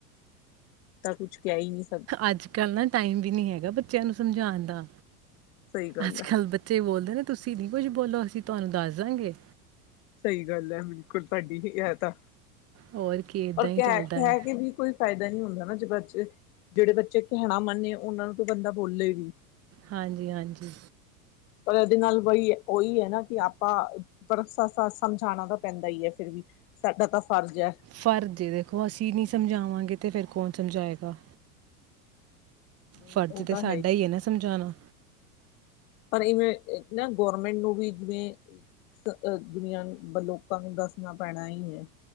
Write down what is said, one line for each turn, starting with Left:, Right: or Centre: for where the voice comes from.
Left: ਤਾਂ ਕੁਛ ਕਹਿ ਹੀ ਨਹੀਂ ਸਕ
Right: ਅੱਜ-ਕੱਲ ਨਾ ਟਾਈਮ ਵੀ ਨੀ ਹੈਗਾ ਬੱਚਿਆਂ ਨੂੰ ਸਮਝਾਉਣ ਦਾ
Left: ਸਹੀ ਗੱਲ
Right: ਅੱਜ-ਕੱਲ੍ਹ
Left: ਹੈ
Right: ਬੱਚੇ ਬੋਲਦੇ ਨੇ ਤੁਸੀਂ ਨੀ ਕੁਝ ਬੋਲੋ, ਅਸੀਂ ਤੁਹਾਨੂੰ ਦੱਸਦਾਂਗੇ।
Left: ਸਹੀ ਗੱਲ ਐ ਬਿਲਕੁਲ ਤੁਹਾਡੀ ਇਹ ਤਾਂ
Right: ਹੋਰ ਕੀ ਇਦਾਂ
Left: ਔਰ
Right: ਹੀ
Left: ਕਹਿ-ਕਹਿ
Right: ਚੱਲਦਾ ਹੈ
Left: ਕੇ ਵੀ ਕੋਈ ਫਾਇਦਾ ਨੀ ਹੁੰਦਾ ਨਾ। ਬੱਚੇ, ਜਿਹੜੇ ਬੱਚੇ ਕਹਿਣਾ ਮੰਨੇ, ਉਹਨਾਂ ਨੂੰ ਤਾਂ ਬੰਦਾ ਬੋਲੇ ਵੀ।
Right: ਹਾਂਜੀ-ਹਾਂਜੀ।
Left: ਪਰ ਇਹਦੇ ਨਾਲ ਬਈ ਉਹੀ ਹੈ ਨਾ ਕਿ ਆਪਾਂ <inaudible> ਸਮਝਾਣਾ ਤਾਂ ਪੈਂਦਾ ਹੀ ਹੈ ਫਿਰ ਵੀ ਸਾਡਾ ਤਾਂ ਫਰਜ਼ ਹੈ
Right: ਫਰਜ਼ ਏ ਦੇਖੋ, ਅਸੀਂ ਨੀ ਸਮਝਾਵਾਂਗੇ ਤੇ ਫਿਰ ਕੌਣ ਸਮਝਾਏਗਾ।
Left: ਨਹੀਂ
Right: ਫਰਜ਼
Left: ਉਹ
Right: ਤੇ
Left: ਤਾਂ
Right: ਸਾਡਾ ਹੀ ਹੈ ਨਾ ਸਮਝਾਣਾ।
Left: ਪਰ ਇਵੇਂ ਨਾ, ਗੌਰਮੈਂਟ ਨੂੰ ਵੀ ਜਿਵੇਂ ਦੁਨੀਆਂ ਨੂੰ ਲੋਕਾਂ ਨੂੰ ਦੱਸਣਾ ਪੈਣਾ ਹੀ ਹੈ।